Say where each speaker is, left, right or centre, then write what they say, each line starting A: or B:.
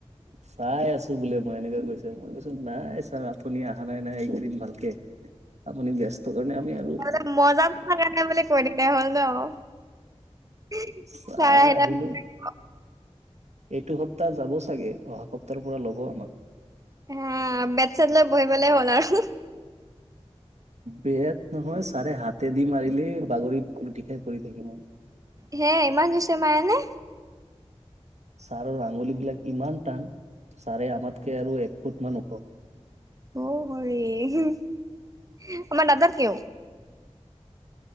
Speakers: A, on the right; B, on the right.
A: চাই আছো বোলে মই এনেকুৱে কৈছে মই কৈছো। নাই ছাৰ আপুনি অহা নাই নাই এইকদম ভালকে আপুনি ব্যস্ত কাৰণে আমি আৰু
B: <unintelligible>
A: ছাৰ
B: ছাৰা আহিল।
A: আহিলে এইটো সপ্তাহ যাব চাগে অহা সপ্তাহৰ পৰা লব আমাক।
B: হ বেট চেট লৈ বহিবলে হ'ল আৰু।
A: বেয়াত নহয় চাৰে হাতে দি মাৰিলে বাগৰিত পলটি খাই পৰি থাকিম আৰু।
B: হে ইমান জছে মায়েনে।
A: ছাৰৰ আঙুলি বিলাক ইমান টান ছাৰে আমাতকে আৰু এক ফুট মান ওখ।
B: অ হৰি আমাৰ দাদাত কও।